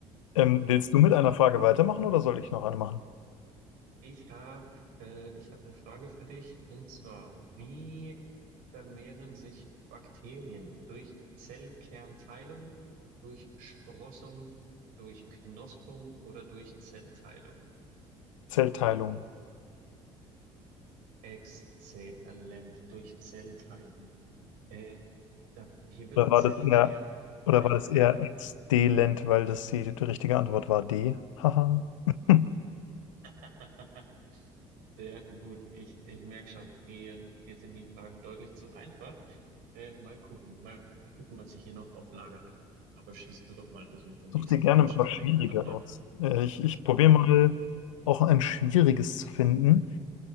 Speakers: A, on the left; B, on the right.
A: Ähm, willst du mit einer Frage weitermachen oder soll ich noch eine machen?
B: Ich habe äh, ich hab eine Frage für dich und zwar, wie vermehren sich Bakterien durch Zellkernteilung, durch Sprossung, durch Knospung oder durch Zellteilung?
A: Zellteilung.
B: Exzellent, durch Zellteilung. Äh, da, hier wird
A: Oder
B: Zellkernteilung
A: war das eher, oder war das eher
B: gesagt.
A: exdelent, weil das die, die richtige Antwort war D? Haha. <laughs>
B: <laughs> Sehr gut. Ich, ich merke schon, dir, dir sind die Fragen deutlich zu einfach. Äh, mal gucken, mal gucken, was ich hier noch auf Lager habe. Aber schießt du doch mal los mit der nächsten.
A: Such dir gerne
B: Mal
A: ein
B: schauen,
A: paar
B: ob
A: schwierige
B: ich mich nochmal
A: aus. Äh, ich ich probiere
B: bedarf.
A: mal auch ein schwieriges zu finden.